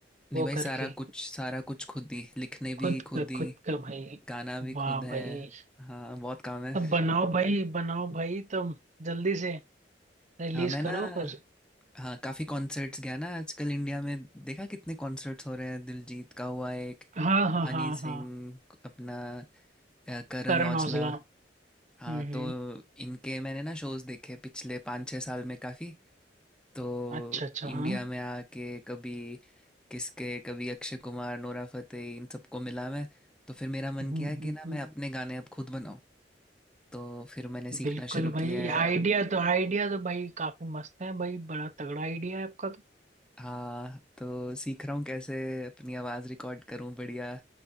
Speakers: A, in the centre; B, on the right.
A: नहीं
B: वो
A: भाई
B: करके
A: सारा कुछ सारा कुछ खुद ही लिखने
B: खुद
A: भी खुद
B: का
A: ही
B: खुद का भाई
A: गाना भी
B: वाह
A: खुद है
B: भाई
A: हाँ बहुत काम है
B: तब बनाओ भाई बनाओ भाई तब जल्दी से रिलीज
A: हाँ मैं ना
B: करो फिर
A: हाँ काफ़ी कॉन्सर्ट्स गया ना आजकल इंडिया में देखा कितने कॉन्सर्ट्स हो रहे हैं दिलजीत का हुआ एक
B: हाँ हाँ
A: हनी
B: हाँ हाँ
A: सिंह अपना अ, करण
B: करण
A: औजला
B: औजला
A: हाँ
B: हम्म
A: तो
B: हम्म,
A: इनके मैंने ना शोज देखे पिछले पाँच छः साल में काफ़ी तो
B: अच्छा अच्छा
A: इंडिया
B: हाँ
A: में आके कभी किसके कभी अक्षय कुमार नोरा फतेही इन सबको मिला मैं तो फिर मेरा मन
B: हम्म
A: किया कि
B: हम्म,
A: ना
B: हम्म,
A: मैं अपने गाने अब खुद बनाऊं तो फिर मैंने सीखना
B: बिल्कुल
A: शुरू
B: भाई
A: किया है
B: आइडिया तो आइडिया तो भाई काफी मस्त है भाई बड़ा तगड़ा आइडिया है आपका तो
A: हाँ तो सीख रहा हूँ कैसे अपनी आवाज़ रिकॉर्ड करूँ बढ़िया